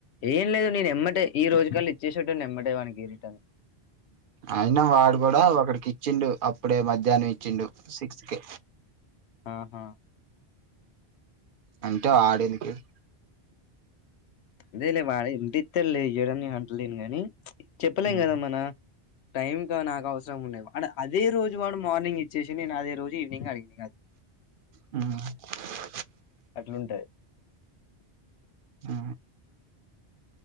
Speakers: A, on the left; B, on the right.
A: ఏం లేదు నేను ఎమ్మటే ఈ రోజు కల్లు ఇచ్చేసటటు న ఎమ్మటే వానకి ఏరిటని
B: అయినా వాడు కూడా ఒకడికి ఇచ్చిండు అప్పుడే మధ్యాహ్నం ఇచ్చిండు సిక్స్ కి
A: ఆహా
B: అంటే <unintelligible>
A: అదేలే వాడ ఎంటి ఇస్తారులే ఇ్వడని అంటలేను గాని చెప్పలేం
B: ఉమ్
A: కదా మన టైమ్ క అవసరం ఉన్నా అ అదే రోజు వాడు మార్నింగ్ ఇచ్చేసి నేను అదే రోజు ఈవినింగ్ అడిగినను <unintelligible>
B: అ
A: అట్లుంటాది
B: ఆ